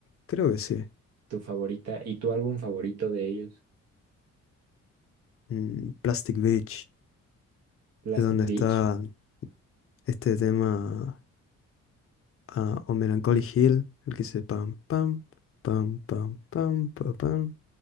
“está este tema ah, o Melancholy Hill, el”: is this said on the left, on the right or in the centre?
Left